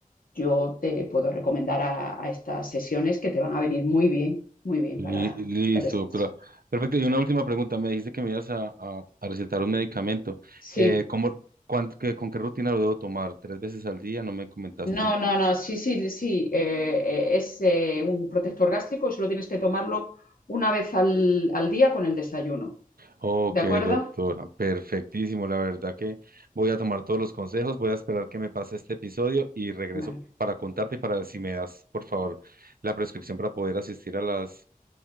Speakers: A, on the left; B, on the right.
A: yo te puedo recomendar a, a estas sesiones que te van a venir muy bien, muy bien
B: Li-
A: para,
B: Listo,
A: para el estrés.
B: doctora. Perfecto. Y una última pregunta. Me dijiste que me ibas a, a- a recetar un medicamento.
A: Sí,
B: Eh, ¿cómo, cuán- qué- con qué rutina lo debo tomar? ¿Tres veces al día? No me comentaste.
A: no, no, no, sí, sí, sí, eh, eh, es eh, un protector gástrico, solo tienes que tomarlo una vez al, al día con el desayuno,
B: Ok,
A: ¿de acuerdo?
B: doctora. Perfectísimo. La verdad que voy a tomar todos los consejos. Voy a esperar que me pase este episodio y regreso
A: Bueno.
B: para contarte y para ver si me das, por favor, la prescripción para poder asistir a las,